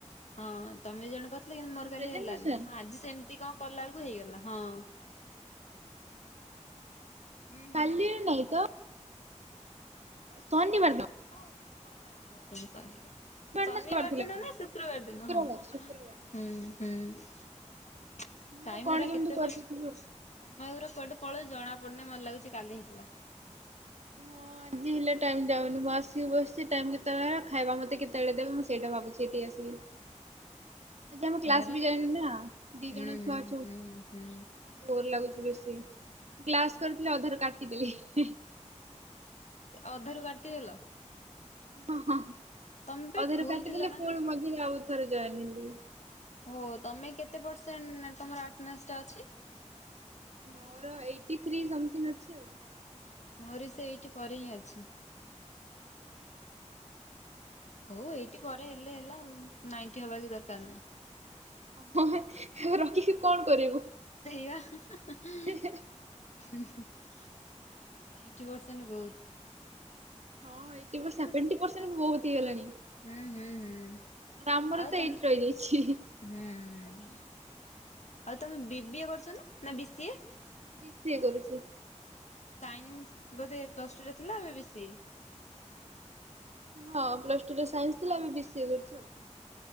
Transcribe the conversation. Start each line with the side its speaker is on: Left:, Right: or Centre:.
Left: ହଁ ତମେ ଦି ଜଣେ କରିଥିଲ କିନ୍ତୁ ମୋର କାଲି
Right: ପ୍ରେଜେଣ୍ଟେସନ୍
Left: ହେଲାନି। ମୁଁ ଆଜି ସେମିତି କଣ କଲା ବେଳକୁ ହେଇଗଲା ହଁ। ହୁଁ ହୁଁ
Right: କାଲି ନାଇଁ ତ। ଶନିବାର ନ।
Left: ହଁ ଶନିବାର ଦିନ ଶନିବାର। ଶନିବାର
Right: ନା ଶୁକ୍ରବାର ଥିଲା।
Left: ଦିନ ନା ଶୁକ୍ରବାର ଦିନ
Right: ଶୁକ୍ରବାର
Left: ହଁ
Right: ଶୁକ୍ରବାର
Left: ହୁଁ ହୁଁ। ଟାଇମ
Right: ହଁ କଣ
Left: ଗୁରା
Right: କେମିତି
Left: କେତେବେଳେ
Right: କରିଦେଇଥିବି ଆଉ।
Left: ସମୟ ଗୁରା କୁଆଡେ ପଳଉଚି ଜଣା ପଡୁନି ମତେ ଲାଗୁଛି କାଲି ହେଇଥିଲା।
Right: ହଁ। ଆଜି ହେଲା ଟାଇମ୍ ଯାଉନି ବସି ବସି ଟାଇମ୍ କେତେବେଳେ ଖାଇବା ମତେ କେତେବେଳେ ଦେବେ ମୁଁ ସେଇଟା ଭାବୁଛି ଏଠିକି ଆସିକି? ଆ ଆମ କ୍ଲାସ
Left: ଘରେ
Right: ବି ଯାଇନି ନା ଦି
Left: ହୁଁ
Right: ଜଣ ଛୁଆ ଅଛୁ
Left: ହୁଁ ହୁଁ
Right: ଭୋର ଲାଗୁଛି ବେଶି କ୍ଲାସ୍ କରିଥିଲି ଅଧାରୁ କାଟିଦେଲି ହିଁ ହିଁ।
Left: ଅଧାରୁ କାଟିଦେଲ?
Right: ଓହୋ
Left: ତମେ ପା
Right: ଅଧାରୁ
Left: ଫୁଲ
Right: କାଟିଦେଲି
Left: ଥିଲ ନା
Right: ପୁଣି
Left: କଣ?
Right: ମଝିରେ ଆଉ ଥରେ ଜଏନ ହେଲି।
Left: ଓ ତମେ କେତେ ପରସେଣ୍ଟ ତମ ଆଟନାସ୍ ଟା ଅଛି?
Right: ମୋର ଏଇଟି ଥ୍ରୀ ସମଥିଙ୍ଗ ଅଛି ଆଉ।
Left: ମୋର ବି ସେ ଏଇଟି ପରେ ହିଁ ଅଛି। ହଉ ଏଇଟି ପରେ ହେଲେ ହେଲା ଆଉ ନାଇଁଟି ହବା କିଛି ଦରକାର ନାହିଁ।
Right: ହଁ - ହେଁ ରଖିକି କଣ କରିବୁ?
Left: ସେଇଆ ହେଁ ହେଁ।
Right: ହେଁ ହେଁ।
Left: ହୁଁ ହୁଁ ଏଇଟି ପରସେଣ୍ଡ ବହୁତ୍।
Right: ହଁ ଏଇଟି କୁ ସେଭେଣ୍ଟି
Left: ସେ
Right: ପରସେଣ୍ଟ ବହୁତ୍ ହେଇଗଲାଣି।
Left: ହୁଁ ହୁଁ ହୁଁ
Right: ଆମର
Left: ଆଉ
Right: ତ
Left: ତମେ
Right: ଏଇଟି ରହିଯାଇଛି।
Left: ହୁଁ ଆଉ ତମେ ବିି ବି ଏ କରୁଛନା ନା ବି ସି ଏ?
Right: ବି ସି ଏ କରୁଛି।
Left: ସାଇନ୍ସ ବୋଧେ ପ୍ଲସ ଟୁ ରେ ଥିଲା ଏ ବି ସି ଏ?
Right: ହଁ ପ୍ଲସ ଟୁ ରେ ସାଇନ୍ସ ଥିଲା ଏବେ ବି ସି ଏ କରୁଚି ଆଉ।